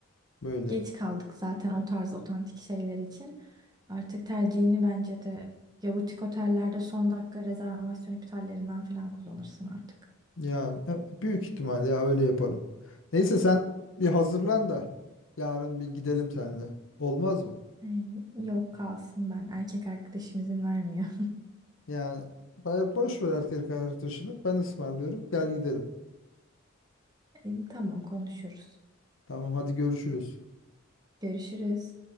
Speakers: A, on the left; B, on the right.
A: Böyle.
B: Geç kaldık zaten o tarz otantik şeyler için. Artık tercihini bence de ya butik otellerde son dakika rezervasyon iptallerinden falan kullanırsın artık.
A: Yani e, büyük ihtimal ya öyle yaparım. Neyse sen bir hazırlan da yarın bir gidelim seninle. Olmaz mı?
B: Ee, yok kalsın ben. Erkek arkadaşım izin vermiyor.
A: Yani bana boş ver erkek arkadaşını. Ben ısmarlıyorum. Gel gidelim.
B: E, tamam konuşuruz.
A: Tamam hadi görüşürüz.
B: Görüşürüz.